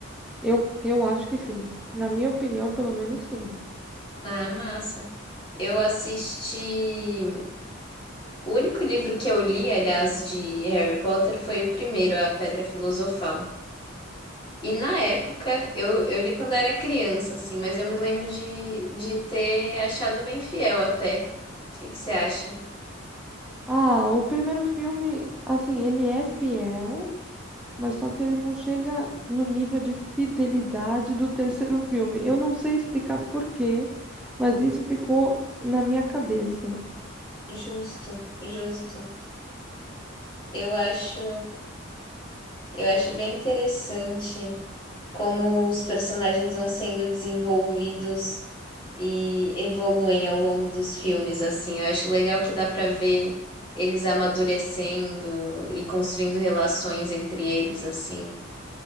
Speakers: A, in the centre; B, on the left (about 25°).
A: Eu, eu acho que sim. Na minha opinião, pelo menos sim.
B: Ah, massa. Eu assisti. O único livro que eu li, aliás, de Harry Potter foi o primeiro, A Pedra Filosofal. E na época, eu, eu li quando era criança, assim, mas eu me lembro de, de ter achado bem fiel até. O que que você acha?
A: Ah, o primeiro filme, assim, ele é fiel. mas só que ele não chega no nível de fidelidade do terceiro filme. Eu não sei explicar por quê, mas isso ficou na minha cabeça.
B: Justo, justo. Eu acho, eu acho bem interessante. como os personagens vão sendo desenvolvidos e evoluem ao longo dos filmes, assim. Eu acho legal que dá pra ver eles amadurecendo e construindo relações entre eles, assim.